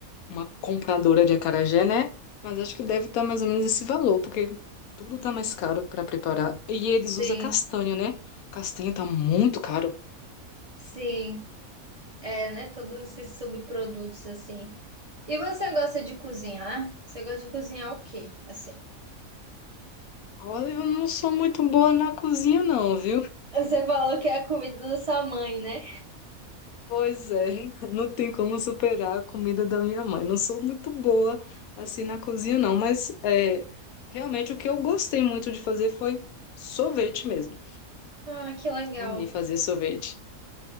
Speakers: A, on the left; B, on the right.
A: uma compradora de acarajé, né? Mas acho que deve estar mais ou menos esse valor, porque tudo tá mais caro para preparar. E eles
B: Sim,
A: usam castanha, né? Castanha tá muito caro.
B: sim. É, né? Todos esses subprodutos, assim. E você gosta de cozinhar? Você gosta de cozinhar o quê, assim?
A: Olha, eu não sou muito boa na cozinha, não, viu?
B: Você falou que é a comida da sua mãe, né?
A: Pois é, <laughs> não tem como superar a comida da minha mãe. Não sou muito boa assim na cozinha, não, mas é, realmente o que eu gostei muito de fazer foi sorvete mesmo.
B: Ah, que legal.
A: Amei fazer sorvete.